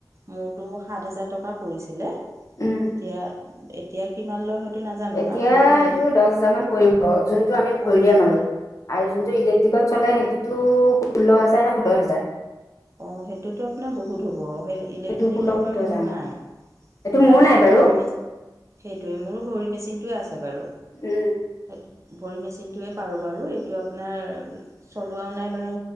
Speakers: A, on the right; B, on the left.
A: মোৰতো সাত হাজাৰ টকা পৰিছিলে
B: উম
A: এতিয়া এতিয়া কিমান লয় নাজানো
B: এতিয়া
A: কাৰণ মোৰতো বহুত
B: এইটো দহ হজাৰ মান পৰিব যোনটো আমি
A: পৰি
B: ভৰিলিয়াম আৰু। আৰু যোনটো ইলেক্ট্ৰিকত চলে সেইটোতো ষোল্ল হেজাৰ নে সোত্তৰ হাজাৰ।
A: অহ, সেইটোতো আপোনাৰ বহুত হ'ব সেই ইলেক্ট্ৰনিকটো
B: সেইটো ষোল্ল সোতৰ
A: বাৰু
B: হাজাৰ
A: মোৰ নাই।
B: এইটো
A: মোৰ আপোনাৰ
B: নাই বাৰু
A: ভৰি মেচিন সেইটোৱে মোৰো ভৰি মেচ চিনটোৱে আছে বাৰু সেইটো।
B: উম
A: ভৰি মেচিনটোৱে পাৰোঁ বাৰু এইটো আপোনাৰ চলোৱাও নাই বাৰু